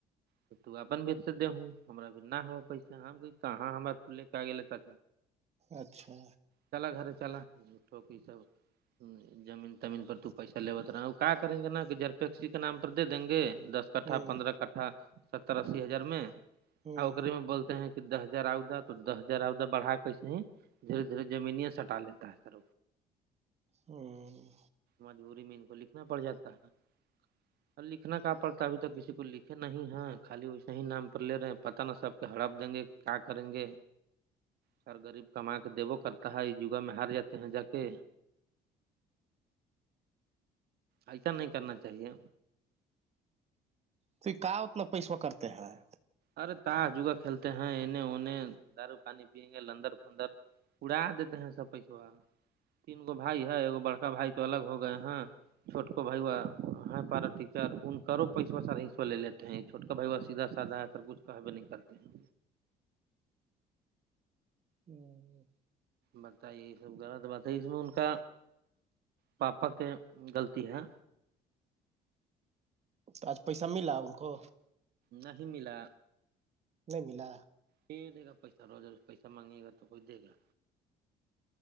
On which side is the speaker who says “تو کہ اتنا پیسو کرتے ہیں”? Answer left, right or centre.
Right